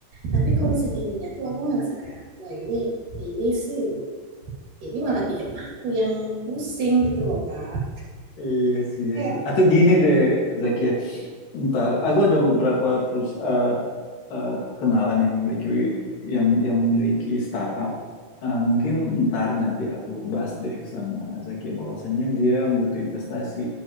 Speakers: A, on the right; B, on the left.
A: Tapi kalau segininya tuh aku ngerasa kayak, wah ini, ini sih, ini malah bikin aku yang pusing gitu loh, Kak.
B: iya sih iya
A: Kayak,
B: sih atau gini deh Zaki ya. Ntar, aku ada beberapa perus- eh, eh, kenalan yang memiliki yang yang memiliki startup. Eh, mungkin ntar nanti aku bahas deh sama Zakia bahwasannya dia butuh investasi